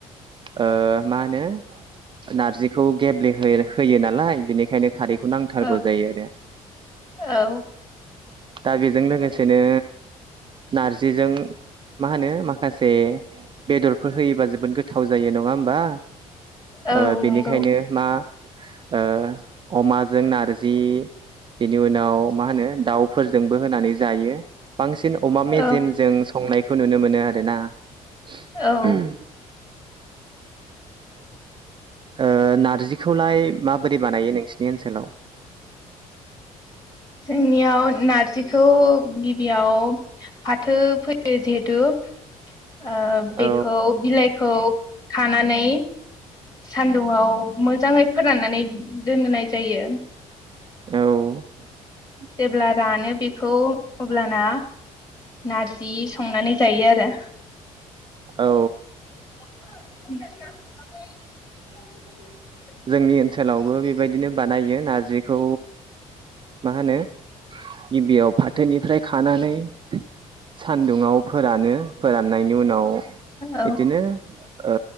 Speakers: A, on the right; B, on the left.
A: ओ मा होनो नारजिखौ गेब्ले होयो नालाय बेनिखायनो खारै बेखौ नांथारगौ
B: औ
A: जायो आरो
B: औ
A: दा बेजों लोगोसेनो नारजिजों मा होनो माख माखासे बेदरफोर होयोबा जोबोद गोथाव जायो नङा होमबा
B: औ
A: ओ बेनिखायनो
B: नंगौ
A: मा ओ अमाजों नारजि बेनि उनाव मा होनो दाउफोरजोंबो होनानै जायो बांसिन अमा मेजेमजों
B: औ
A: संनाय बेखौ नुनो मोनो आरोना <unintelligible>
B: औ
A: ओ नारजिखौलाय माबोरै बानायो नोंसिनि ओनसोलाव <inaudible>
B: जोंनियाव नारजिखौ गिबियाव फाथो फैयो जिहेथु ओ
A: औ
B: बेखौ बिलाइखौ खानानै सान्दुंआव मोजाङै फोराननानै दोननाय जायो।
A: औ
B: जेब्ला रानो बेखौ अब्लाना नारजि संनानै जायो आरो।
A: औ।
B: <unintelligible>
A: जोंनि ओनसोलावबो बेबायदिनो बानायो नारजिखौ मा होनो गिबियाव फाथोनिफ्राय खानानै सानदुंङाव फोरानो फोराननायनि उनाव
B: औ
A: बिदिनो ओ